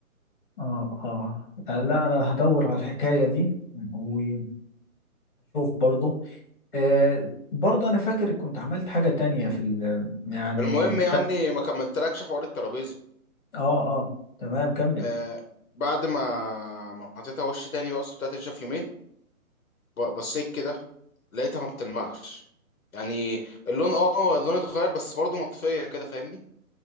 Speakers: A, on the left; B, on the left.
A: اه اه آه، لا انا هدور على الحكاية دي وهشوف برضو آه برضو انا فاكر كنت عملت حاجة تانية في ال يعني
B: المهم
A: ت...
B: يعني
A: اه
B: ما كملتلكش حوار الترابيزه
A: اه تمام كمل
B: آه بعد ما ما حطيتها وش تاني بقى وسبتها تنشف يومين ب- بصيت كده لقيتها ما بتلمعش يعني اللون اه آه، اللون اتغير بس برضه مطفيه كده فاهمني